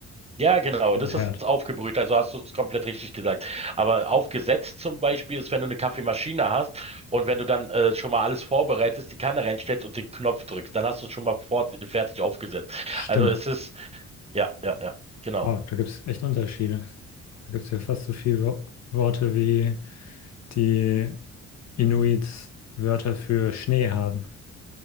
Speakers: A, on the right (about 20°); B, on the left (about 60°).
A: Ja, genau,
B: Ein
A: das
B: Herd.
A: ist aufgebrüht, also hast du es komplett richtig gesagt. Aber aufgesetzt zum Beispiel ist, wenn du eine Kaffeemaschine hast und wenn du dann äh, schon mal alles vorbereitest, die Kanne reinstellst und den Knopf drückst, dann hast du es schon mal fort, fertig aufgesetzt.
B: Stimmt.
A: Also es ist, ja, ja, ja, genau.
B: Wow, da gibt es echt Unterschiede. Da gibt es ja fast so viele Wo Worte, wie die Inuits Wörter für Schnee haben.